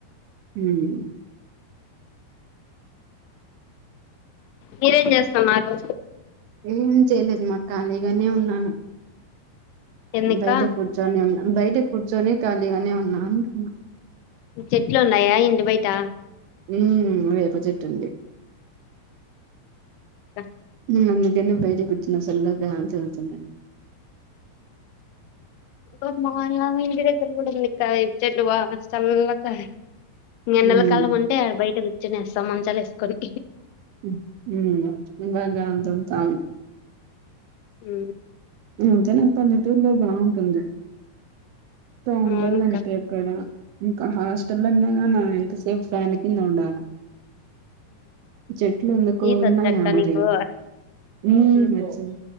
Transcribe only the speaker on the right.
ఉం
ఏం చేయలేదు మా ఖాళీగానే ఉన్నాను
బయట కూర్చొని అం బయట కూర్చొని ఖాళీగానే ఉన్నా అంటున్నా
ఉ వేప చెట్టు ఉంది
ఉ అందుకని బయటే కూర్చున్న సల్ల గాలి తగులుతుంది
ఉమ్
ఉమ్ బాగా దొరుకుతా
ఉ జన పల్లెటూర్లో బాగుంటుంది తోంగలు
అంతే ఇక్కడ ఇంకా హాస్ చల్లంగాన ఇంతసేపు ఫ్యాన్ కింద ఉండా చెట్లు ఎందుకు
ఉన్నాయా
మరి
ఊ సెమ్